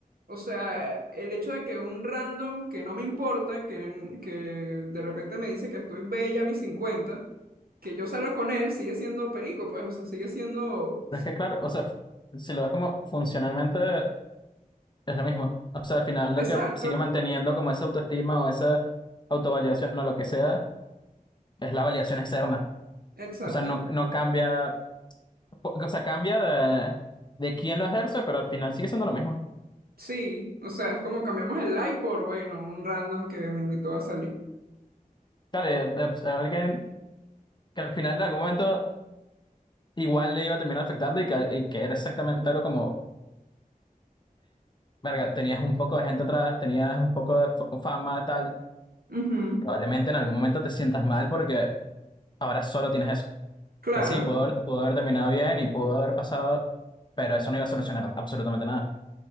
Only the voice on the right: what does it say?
O sea, el hecho de que un random que no me importa, que, que de repente me dice que estoy bella a mis 50, que yo salga con él, sigue siendo perico, pues, o sea, sigue siendo
Exacto,
exacto.
Sí, o sea, es como cambiamos el like por, bueno, un random que me invitó a salir.
Ujú,
Claro,